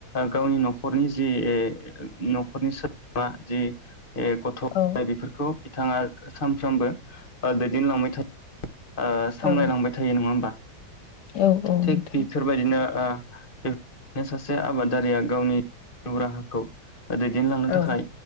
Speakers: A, on the left; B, on the left.
A: गावनि नखरनि जि नखरनि सो द्रोमा जि गथ' गथाइ
B: औ
A: बेफोरखौ बिथाङा सानफ्रामबो ओ दैदेनलांबाय थायो ओ सामलायलांबाय
B: औ
A: थायो नङा ओमबा
B: औ औ
A: थिग
B: नोंथां
A: बिफोर फोरबायदिनो ओ माने सासे आबादारिया गावनि जिउ राहाखौ दैदेनलांनो
B: औ
A: थाखाय